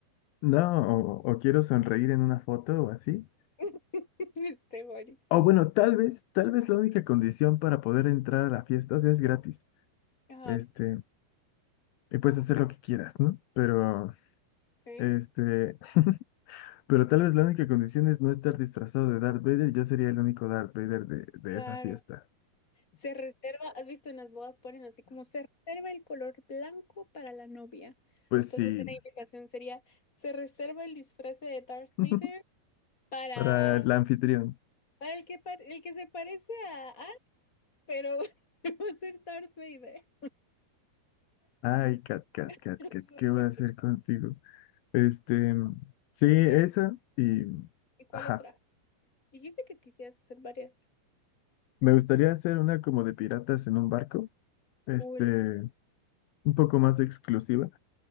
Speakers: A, on the left; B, on the left.
A: No, o, o quiero sonreír en una foto o así.
B: <laughs> Este, Juani.
A: O bueno, tal vez, tal vez la única condición para poder entrar a la fiesta, o sea, es gratis.
B: Ajá,
A: Este,
B: <laughs>
A: y puedes hacer lo que quieras, ¿no? Pero,
B: ok.
A: este, <laughs> pero tal vez la única condición es no estar disfrazado de Darth Vader. Yo sería el único Darth Vader de, de
B: Claro.
A: esa fiesta.
B: Se reserva, has visto en las bodas ponen así como se reserva el color blanco para la novia.
A: Pues
B: Entonces,
A: sí,
B: la indicación sería, se reserva el disfraz de Darth
A: <laughs>
B: Vader para,
A: para el anfitrión.
B: para el que, par- el que se parece a Ant, pero <laughs> va a ser Darth Vader.
A: Ay, Cat, Cat,
B: <laughs>
A: Cat, Cat, ¿qué voy a hacer contigo? Este, sí, esa
B: Bueno,
A: y,
B: ¿y cuál
A: ajá.
B: otra? Dijiste que quisieras hacer varias.
A: Me gustaría hacer una como de piratas en un barco, este,
B: Cool,
A: un poco más exclusiva,